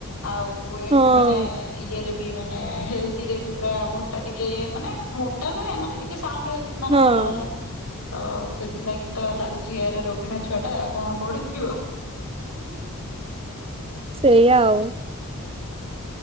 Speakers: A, on the left; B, on the right.
A: ଆଉ ୱେଟ
B: ହଁ
A: ମାନେ ଇଏରେ ବି ମାନେ ହେଲଦିରେ ବି ପୁରା ମୋଟା ଟିକେ ମାନେ ମୋଟା ନୁହେଁ ମାନେ ଟିକେ ସାଉଣ୍ଡ ହେଲ୍ଥ ମାନେ
B: ହଁ
A: ଭଲ ବାଲା। ତ ସେଥିଲାଗି ତ ଲାଗୁଚି ୟାରେ ରୋଗିଣା ଛୁଆ ଟା କଣ ପଢିଥିବ।
B: ସେଇଆ ଆଉ।